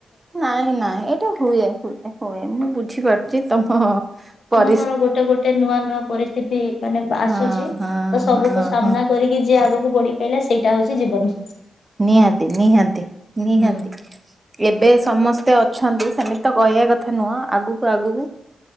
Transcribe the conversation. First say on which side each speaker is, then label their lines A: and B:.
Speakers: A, on the right (about 25°); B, on the left (about 70°).
A: ନାଇଁ, ନାଇଁ ଏଇଟା ହୁଏ, ହୁଏ, ହୁଏ। ମୁଁ ବୁଝିପାରୁଛି ତମ ପରି
B: ତର ଗୋଟେ ଗୋଟେ ନୂଆ ନୂଆ ପରିସ୍ ସ୍ତିତି ମାନେ ଆସୁଛି
A: ହଁ
B: ତ
A: ହଁ
B: ସବୁକୁ
A: ହଁ
B: ସାମ୍ନା
A: ହଁ
B: କରିକି ଯିଏ ଆଗକୁ ବଢି ପାଇଲା ସେଇଟା ହଉଛି ଜୀବନ।
A: ନିହାତି ନିହାତି ନିହାତି
B: ହୁଁ
A: ଏବେ ସମସ୍ତ କେତେ ଅଛନ୍ତି। ସେମିତି ତ କହିବା କଥା ନୁହଁ। ଆଗକୁ ଆଗକୁ